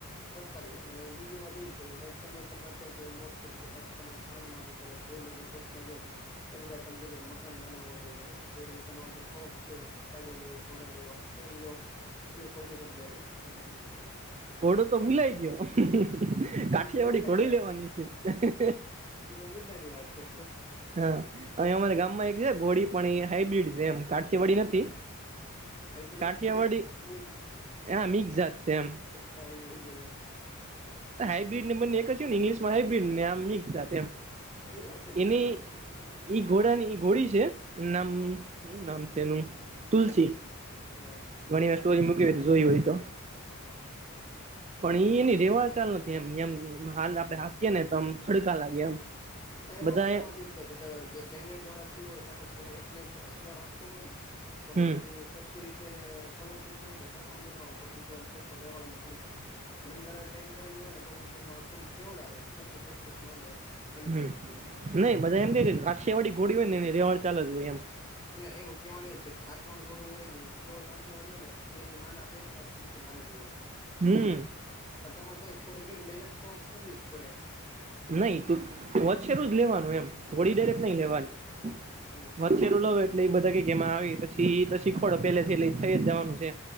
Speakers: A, on the left; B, on the right.
A: કરતા રહ્યો અને બીજી વાત એ કંઈક તમે તમાર અત્યાર જે મોજ શોખ છે કઈક તમે થાન રહેતા હોય એ ને જે પ્રશ્ન છે એ બધા તમ મકાન બનાવવો જોઈએ કે તમારો જે શોખ છે ગાડી લે કોના લેવા એ લ્યો એનું સોલ્યુશન મેળવો અને
B: ઘોડું તો ભુલાય ગ્યો કાઠિયાવાડી
A: એ તો મુદ્દાની
B: ઘોડી
A: વાત
B: લેવાની
A: છે
B: છે.
A: એ તો મુદ્દા ની વાત છે.
B: હા અને અમારા ગામ માં એક છે ઘોડી પણ એ હાઈબ્રિડ છે એમ કાઠીયાવાડી નથી.
A: હાઇબ્રિડ
B: કાઠિયાવાડી
A: મિક્સ મિક્સ
B: અ મિક્સ જાત છે એમ.
A: હાઈબ્રિડ ની આ
B: હાઈબ્રીડ ને બંને એક જ છે ને ઇંગ્લિશમાં હાઈબ્રીડ ને આમ મિક્સ જાત એમ.
A: એ વાત એ હાચી
B: એની ઈ ઘોડા ની ઈ ઘોડી છે એન નામ
A: હા
B: હું નામ છે એનું તુલસી.
A: હા.
B: ઘણી વાર સ્ટોરી મૂકી હોય તો જોય હોય તો
A: હા
B: પણ એઈ ન રેવાળ ચાલ નથી. એમ એમ હાલ આપડે હાકયે ને તો આમ થોડકા લાગે. એમ
A: હા અ એમ
B: બધા
A: મેન વાતી જે ટ્રેનર દ્વારા થયું હોય પછી એકને એક અસવા રાખતો હોય ને તો
B: હમ
A: પછી સરખી કે રીતે એ રીતે ફોલોટિંગ ની હોય ને તો વાંધો ન હોતો તો કે પ્રોપર લેવલમાં પડી જાય. ઘન ઘરટેડ કરે હોય ને તો પછી એમાં થોડું કેવુ લાગે સરખી પ્રેક્ટિસ માંગે એમ મહેનત
B: હમમ
A: માંગે
B: નય બધા એમ કેય કાઠિયાવાડી ઘોડી હોય ને તેની રેવાડ ચાલ જ હોય એમ.
A: એટલે એવું કહેવાનું એ જાતવાન ગુરુ હોય પ્યૉર કાઠિયાવાડી હોય ને એની માના પેટમાં જ શીખી ને આવેલી હોય.
B: હમ
A: એમ વાત છે પણ તમારે તો થોડી ઘણી મહેનત તો કરવી જ પડે એમ.
B: નહી તું ઓછેરું જ લેવાનું એમ હોડી ડાયરેક
A: હમ
B: નય લેવાની.
A: હમ
B: વચેરું લાવે એટલે એ બધા કે કેમાં આવી પછી એ તો શીખવાડો પેલેથી થઈ જવાનું છે.